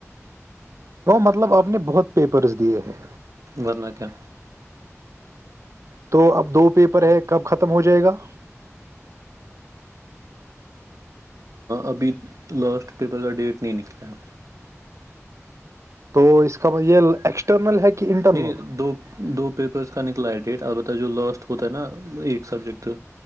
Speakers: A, on the right; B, on the right.
A: وہ مطلب آپ نے بہت پیپرس دیے ہیں
B: ورنہ کیا
A: تو اب دو پیپر ہے کب ختم ہو جائے گا
B: ابھی لاسٹ پیپر کا ڈیٹ نہیں نکلا ہے
A: تو اس کاط یہ ایکسٹرنل ہے کہ انٹرنل
B: نہیں دو دو پیپرس کا نکل ف لائٹ ڈیٹ ا البتہ جو لاسٹ ہوتا نا ایک سبجیکٹ